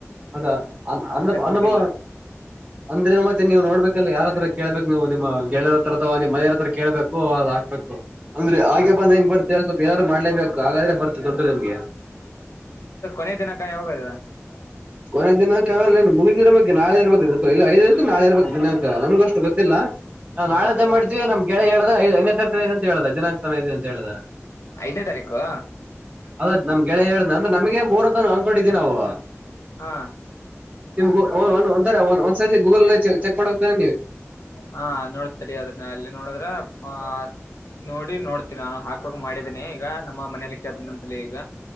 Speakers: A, on the right; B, on the left.
A: ಅದಾ ಅನ್ ಅನ್ನುಭಾವ
B: ದುಡ್ಡಿಲ್ಲ
A: ಅಂದ್ರೆ ಮತ್ತೆ ನೀವ್ ನೋಡ್ಬೇಕಲ್ಲ ಯಾರ ಹತ್ರ ಕೇಳ್ಬೇಕು ನೀವು ನಿಮ್ಮ ಗೆಳೆಯರ ಹತ್ರ ಅಥವಾ ನಿಮ್ಮ ಮನೆಯವ ಹತ್ರ ಕೇಳ್ಬೇಕು ಅದ್ ಹಾಕ್ಬೇಕು ಅಂದ್ರೆ ಆಗೆ
B: ಅದ
A: ಬಂದ್ ಹೆಂಗ್ ಬರ್ತ ಸ್ವಪ <inaudible> ಯಾರು ಮಾಡ್ಲೇಬೇಕು <inaudible> ಹಾಗಾದ್ರೆ ಬರ್ತ ದೊಡ್ಡ ನಿಮ್ಗೆ
B: ಮನೆ ದಿನಕ್ಕ ಯೋಗೋದಿಲ್ಲಾ <unintelligible> ತಿಂಗಳಾ <inaudible>
A: ಕೊನೆ ದಿನಾಂಕ ಅಲ್ಲೆನ ಮುಗಿದಿರ ಬೇಕ ನಾಳೆ ಇರ್ಬೇಕು ಇಲ್ಲ <unintelligible> ನಾಳೆ ಇರ್ಬೇಕು ದಿನಾಂಕ ನಂಗ ಅಷ್ಟು ಗೊತ್ತಿಲ್ಲ. ನಾವು
B: ಹೌದು
A: ನಾಳೆ ಅಂತ ಮಾಡ್ತೀವಿ ನಮ್ ಗೆಳೆಯಾ ಹೇಳ್ದಾ ಐದನೇ ತಾರಿಖ ಹೇಳೆನಿ ಅಂತ ಹೇಳ್ದ ದಿನಾ <unintelligible> ಇದೆ ಅಂತ ಹೇಳ್ದ.
B: ಐದನೇ ತಾರೀಕು
A: ಆದಾಯತ್ ನಮ್ ಗೆಳಯಾ ಹೇಳ್ದ ಅಂದ್ರೆ ನಮ್ಗೆ ಮೂರಂತ ಅನ್ಕೊಂಡಿದವಿ ನಾವು.
B: ಹಾ
A: ನಿಮ್ ಒ ಒಂದರಿ ಒ ಒಂದ್ಸರಿ ಗೂಗಲಲ್ಲ ಚೆ ಚೆಕ್ ಮಾಡದ್ <unintelligible>
B: ಹಾ ನೋಡ್ ತಡಿ ಅದನ್ನ ಎಲ್ಲಿ ನೋಡಿದ್ರ ಮಾ. ನೋಡಿ ನೋಡ್ತೀನಿ ನಾನು ಹಾಕೋಕ್ ಮಾಡಿದ್ದೀನಿ ಈಗ ನಮ್ಮ ಮನೇಲಿ ಕೇಳ್ತಿನಿ ಇನ್ನೊಂದಸಲಿ ಈಗ